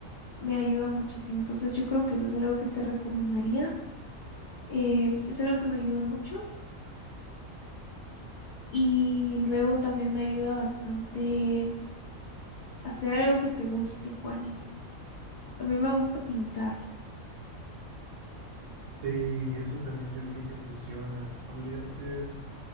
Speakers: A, on the left; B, on the right.
A: me ayuda muchísimo. Entonces yo creo que eso es algo que te recomendaría. eh, es algo que me ayuda mucho y luego también me ayuda bastante hacer algo que te guste, Juani. A mí me gusta pintar
B: Sí, eso también yo creo que funciona. Podría ser